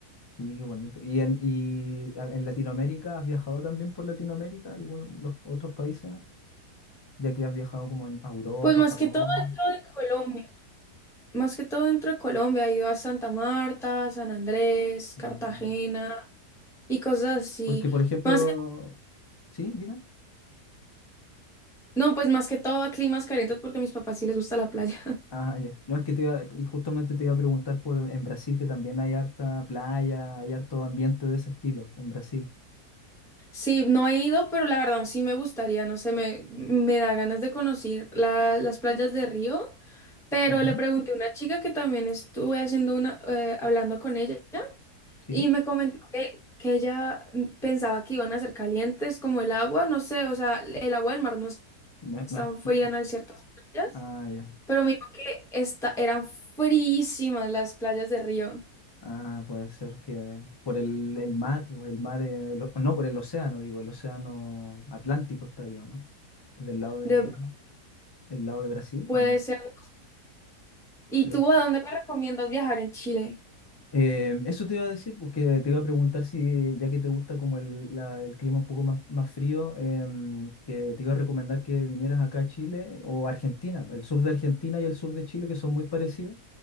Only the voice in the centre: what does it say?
Pues más
que todo dentro de <laughs> Colombia, más que todo dentro de Colombia, he ido a Santa Marta, San Andrés, Cartagena
y cosas así.
Más que,
no, pues más que todo a climas calientes porque a mis papás sí les gusta la playa. <laughs>
Sí, no he ido, pero la verdad sí me gustaría, no sé, me, me da ganas de conocer la- las playas de Río, pero
le pregunté a una chica que también estuve haciendo una, eh, hablando con ella
y me comentó que, que ella mm, pensaba que iban a ser calientes como el agua, no sé, o sea, el agua del mar no es
tan
fría
en ciertas playas,
pero me dijo que esta, eran frísimas las playas de Río.
De,
puede
ser. ¿Y
tú a dónde me recomiendas viajar en Chile?